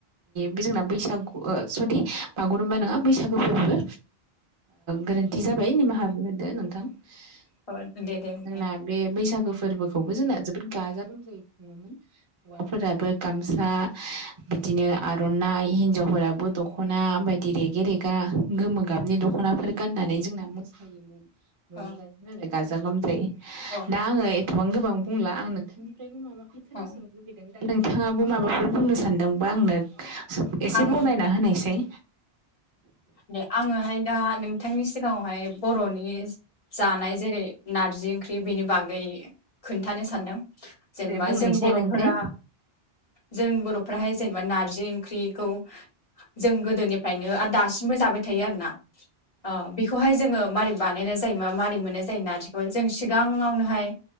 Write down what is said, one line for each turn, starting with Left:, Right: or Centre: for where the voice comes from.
Right: बे जोंना बैसागु जुदि बागुरुम्बा नङा बैसागु फोरबो गोरोन्थि जाबाय निमाहा बिहरदो नोंथां। जोंना
Left: औ दे दे दे
Right: बे बैसागो फोरबोखौ खौबो जोंना जोबोर गाजा गोमजायै खुङोमोन हौवाफोराबो गामसा बिदिनो। आरनाइ हिनजावफोराबो दख'ना बायदि रेगे रेगा गोमो गाबनि दख'नाफोर गाननानै जोंना मोसा मोसायोमोन। रंजायोमोन
Left: औ
Right: आरो गाजा गोमजायै
Left: औ
Right: दा आङो एथबां गोबां बुंला आं नोंथांनि। माबाफोर खोनासंनो
Left: औ
Right: लुुबैदों दा नोंथाङाबो माबाफोर बुंनो सान्दोंबा आंनो। एसे
Left: आं
Right: बरनायना होनायसाइ।
Left: दे आङोहाय दा नोंथांनि सिगाङावहाय बर'नि। जानाय जेरै नारजि ओंख्रि बेनि बागै खोन्थानो सानदों जेनेबा
Right: दे बुंनायसै
Left: जों बर'फोरा
Right: नोंथाय
Left: जों बर'फ्राहाय जेनेबा नारजि ओंख्रिखौ जों गोदोनिफ्रायनो दासिम जाबाय थायो आरोना ओ बेखौहाय जोङो मारै बानायनाय जायो मारै मोननाय जायो नारजिखौ जों सिगाङावनोहाय